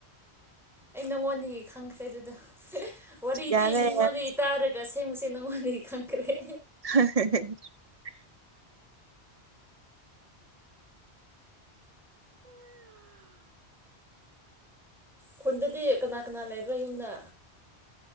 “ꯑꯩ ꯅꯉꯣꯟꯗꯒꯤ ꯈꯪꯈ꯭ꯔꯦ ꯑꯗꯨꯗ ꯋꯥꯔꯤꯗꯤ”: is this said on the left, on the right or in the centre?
Centre